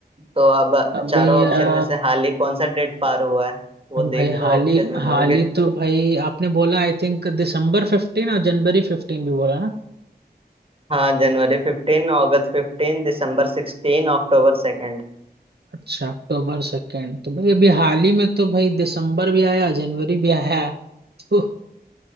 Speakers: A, on the right; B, on the right.
A: तो अब
B: अभी
A: चारों ऑप्शन
B: आ,
A: में से हाल ही कौन सा डेट पार हुआ है वो
B: हम
A: देख
B: भाई
A: लो
B: हाल
A: ऑप्शन
B: ही
A: में होंगे
B: हाल ही तो भाई आपने बोला आई थिंक दिसंबर फिफ्टीन और जनवरी फिफ्टीन भी बोला ना
A: हाँ जनवरी फिफ्टीन अगस्त फिफ्टीन दिसंबर सिक्सटीन अक्टूबर सेकेंड
B: अच्छा अक्टूबर सेकेंड तो भाई अभी हाल ही में तो भाई दिसंबर भी आया जनवरी भी आया तो